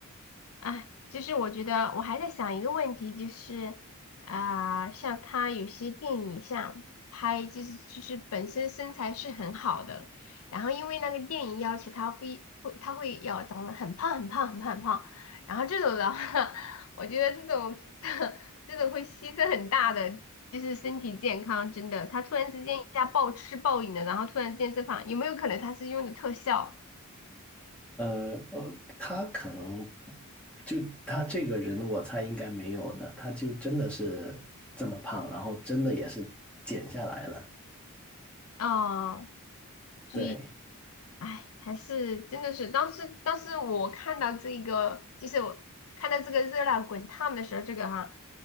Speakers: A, on the left; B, in the centre.
A: 啊，其实我觉得我还在想一个问题，就是啊、像他有些电影像拍，就是就是本身身材是很好的，然后因为那个电影要求他会会他会要长得很胖很胖很胖很胖，然后这种的话，<laughs> 我觉得这种 <laughs> 这种会牺牲很大的，就是身体健康，真的，他突然之间一下暴吃暴饮的，然后突然之间这胖，有没有可能他是用的特效
B: 呃呃，他可能就他这个人，我猜应该没有的，他就真的是这么胖，然后真的也是减下来了。
A: 啊？对
B: 对，
A: 哎，还是真的是，当时当时我看到这一个，就是我看到这个热辣滚烫的时候，这个哈，